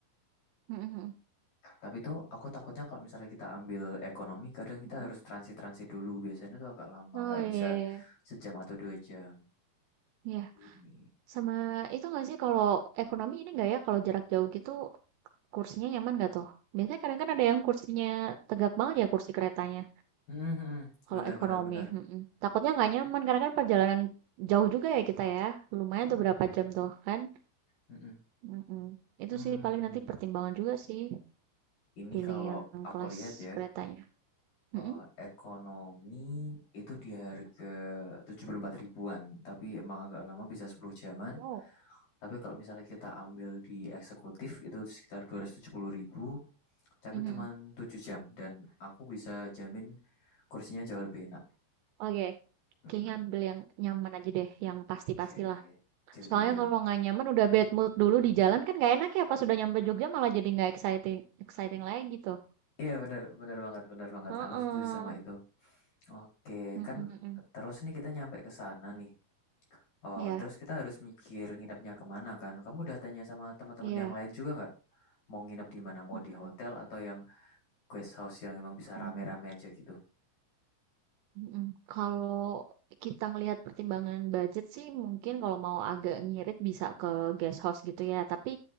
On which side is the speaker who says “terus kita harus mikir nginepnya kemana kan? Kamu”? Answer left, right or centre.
Left